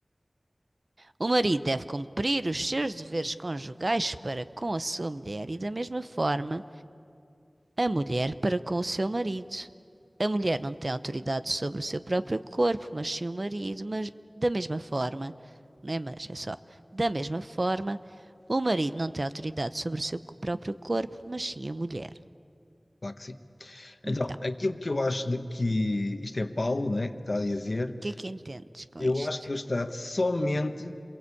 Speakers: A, on the right; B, on the left.
A: O marido deve cumprir os seus deveres conjugais para com a sua mulher e, da mesma forma, A mulher para com o seu marido. A mulher não tem autoridade sobre o seu próprio corpo, mas sim o marido, mas da mesma forma, não é mas, é só, da mesma forma, o marido não tem autoridade sobre o seu próprio corpo, mas sim a mulher.
B: Claro que sim.
A: Então,
B: Então, aquilo que eu acho de que isto é Paulo, né, que está a dizer,
A: o que é que entendes com
B: Eu
A: isto?
B: acho que ele está somente